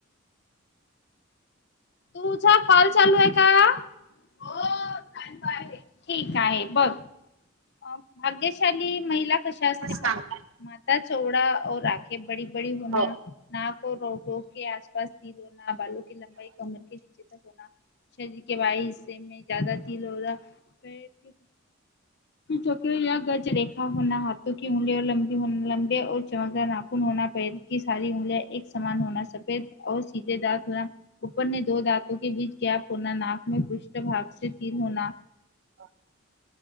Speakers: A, on the left; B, on the right.
A: तुझा कॉल चालू आहे का हो चाल आहे ठीक आहे बघ अ भाग्यशाली महिला कशा असते
B: सांगा.
A: प म चौडा औ राखे बडी बडी होणार
B: हो.
A: नाक रोटो के आसपास तीर होना बलो के लंबाई कमर के निीचे तक होना शरीर के बाय हिस्से म ज तल हो प चक या गज रेखा होना हातथो क उंगली लब लंबे औ चमद नाखुून होना पै की सारी उंगल एक समान होना सफेद सिधे दत हो परने दो दातो के बीच गॅप होना नाक मे पृष भाग तीर होना
B: <inaudible>